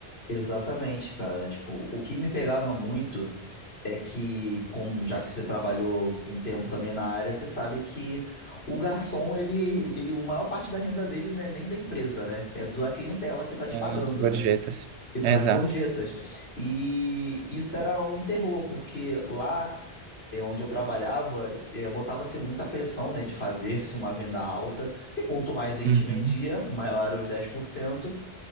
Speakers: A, on the left (about 65°); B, on the right (about 80°).
A: Exatamente, cara. Tipo, o que me pegava muito é que, como já que você trabalhou com tempo também na área, você sabe que o garçom, ele, ele, a maior parte da renda dele não é nem da empresa, né? É da clientela que tá te
B: As
A: pagando,
B: gorjetas.
A: né? Que são
B: Exato.
A: as gorjetas. E isso era um terror, porque lá é, onde eu trabalhava, é, botava-se muita pressão, né, de fazer-se uma venda alta, porque quanto mais a gente
B: Uhum.
A: vendia, maior era os dez por cento